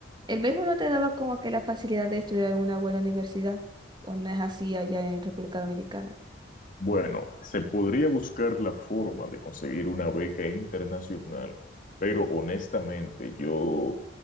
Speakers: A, on the right (about 25°); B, on the left (about 45°).
A: el béisbol no te daba como que la facilidad de estudiar en una buena universidad, o no es así allá en República Dominicana.
B: Bueno, se podría buscar la forma de conseguir una beca internacional, pero honestamente yo